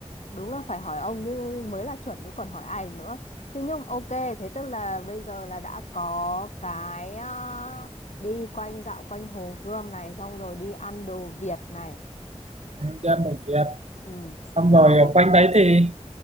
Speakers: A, on the left (about 70°); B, on the right (about 65°).
A: đúng là phải hỏi ông như mới là chuẩn chứ còn hỏi ai được nữa thế nhưng ok thế tức là bây giờ là đã có cái ờ, đi quanh dạo quanh Hồ Gươm này xong rồi đi ăn đồ Việt này
B: Ừ, cho ăn đồng Việt
A: ừ
B: xong rồi
A: xong
B: ờ,
A: chắc
B: quanh đấy thì